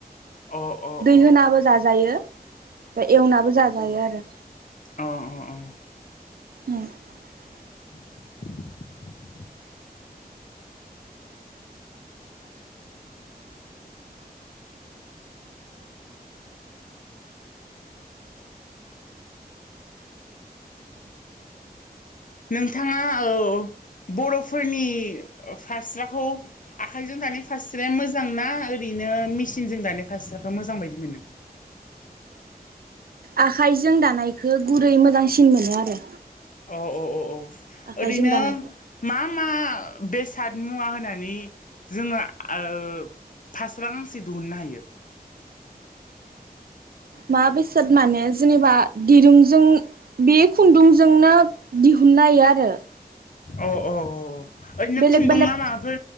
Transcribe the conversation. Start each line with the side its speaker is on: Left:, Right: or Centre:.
Left: अ अ
Right: दै
Left: अ
Right: होनाबो जाजायो ओमफाय एवनाबो जाजायो आरो।
Left: औ औ औ।
Right: <inaudible>
Left: <inaudible> नोंथाङा औ बर'फोरनि फास्राखौ आखाइजों दानाय फास्राया मोजांना ओरै नो मेसिनजों दानाय फास्राखौ मोजां बायदि मोनो?
Right: आखाइजों दानायखौ गुरै मोजांसिन मोनो आरो।
Left: अ अ अ अ
Right: आखाइजों
Left: ओरैनो
Right: दानायखौ
Left: मा मा बेसाद मुवा होनानै जोङो ओ फास्रा गांसे दिहुननो हायो?
Right: मा बेसाद माने जेनेबा दिरुंजों बे खुन्दुंजोंनो दिहुन नाय आरो।
Left: अ औ औ ओरैनो
Right: बेलेग
Left: खुनदुं
Right: बेलेग
Left: ना माजों